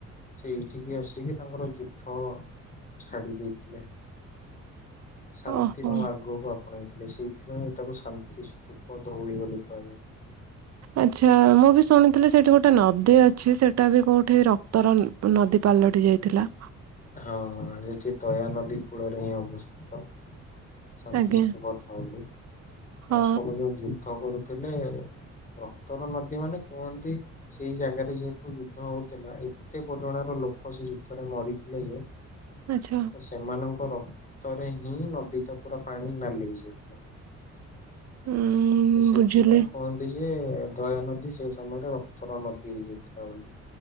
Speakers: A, on the left (about 25°); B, on the right (about 60°).
A: ସେ ଏଇଠିକି ଆସିକି ତାଙ୍କର ଯୁଦ୍ଧ ଛାଡି ଦେଇଥିଲେ ସାନ୍ତ
B: ଓହୋ
A: ଆଗକୁ ଆପଣେଇଥିଲେ ସେଇଥି ପାଇଁ ଏଇଟାକୁ ଶାନ୍ତି ସ୍ତୂପ ଧଉଳି ବୋଲି କୁହାଯାଏ।
B: ଆଚ୍ଛା ମୁଁ ବି ଶୁଣିଥିଲି ସେଇଠି ଗୋଟେ ନଦୀ ଅଛି ସେଇଟା ବି କୋଉଠି ରକ୍ତର ନ ନଦୀ ପାଲଟି ଯାଇଥିଲା।
A: ହଁ ସେଠି ଦୟାନଦୀ କୂଳରେ ହିଁ ଅବସ୍ଥିତ ଶାନ୍ତି
B: ଆଜ୍ଞା
A: ସ୍ତୁପ ତ ବୋଲି ଅ
B: ହଁ
A: ସବୁ ଯୋଉ ଯୁଦ୍ଧ କରୁଥିଲେ ରକ୍ତର ନଦୀ ମାନେ କୁହନ୍ତି ସେଇ ଜାଗାରେ ଯେହେତୁ ଯୁଦ୍ଧ ହୋଉଥିଲା ଏତେ ପରିମାଣ ର ଲୋକ ସେ ଯୁଦ୍ଧରେ ମରି ଥିଲେ ଯେ
B: ଆଚ୍ଛା
A: ସେମାନଙ୍କ ରକ୍ତରେ ହିଁ ନଦୀ ଟା ପୁରା ପାଣି ନାଲି ହେଇଯାଇଥିଲା।
B: ଉଁ
A: ସେଥିପାଇଁ
B: ବୁଝିଲି।
A: କୁହନ୍ତି ଯେ ଦୟାନଦୀ ସେ ସମୟରେ ରକ୍ତର ନଦୀ ହେଇଯାଇଥିଲା ବୋଲି।